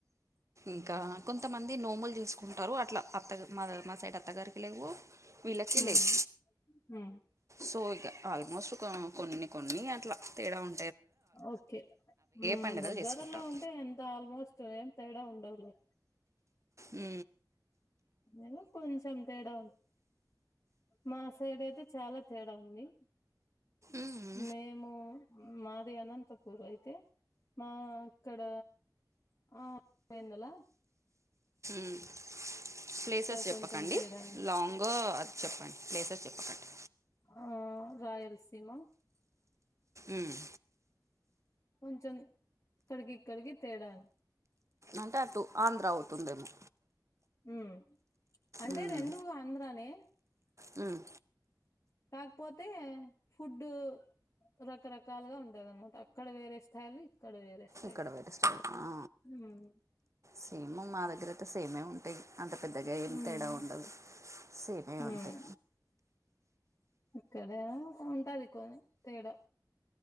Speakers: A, on the right; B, on the left.
A: ఇంకా కొంతమంది నోములు చేసుకుంటారు అట్లా అత్తగ మా మా సైడ్ అత్తగారికి లేవు వీళ్ళకి
B: హ్మ్
A: లేవు
B: హ్మ్
A: సో ఇక ఆల్మోస్ట్ కొన్ని కొన్ని అట్ల తేడా ఉం
B: ఓకే ఉమ్
A: పండుగలు
B: దగ్గరలో
A: చేసుకుంటారు
B: ఉంటే ఎంత ఆల్మోస్ట్ ఏం తేడా ఉండవులే
A: ఉ
B: ఏదో కొంచెం తేడా మా సైడ్ అయితే చాలా తేడా ఉంది
A: ఉమ్.
B: మేము మాది అనంతపూర్ అయితే మా ఇక్కడ ఆ పోందలా
A: మ్ ప్లేసెస్ చెప్పకండి
B: కొంచెం తేడానే
A: లాంగ్ అది చెప్పండి ప్లేసెస్ చెప్పకండి
B: ఆ రాయలసీమ
A: మ్మ్
B: కొంచం కడిగి కడిగి తేడా
A: అంటే అటు ఆంధ్ర అవుతుందేమో
B: ఉమ్ అంటే
A: మ్మ్.
B: రెండు ఆంధ్రానే
A: మ్మ్
B: కాకపోతే ఫుడ్డు రకరకాలుగా ఉంటదనమాట అక్కడ వేరే స్టైల్ ఇక్కడ వేరే స్టైల్
A: ఇక్కడ పెరుస్త ఆ
B: ఉమ్
A: సేమ్ మా దగ్గర అయితే సేమే ఉంటాయి అంత పెద్దగా ఏమి
B: ఉమ్
A: తేడా ఉండదు సెమీ
B: ఉమ్
A: ఉంటది
B: ఇక్కడ బ ఉంటాది కొ తేడా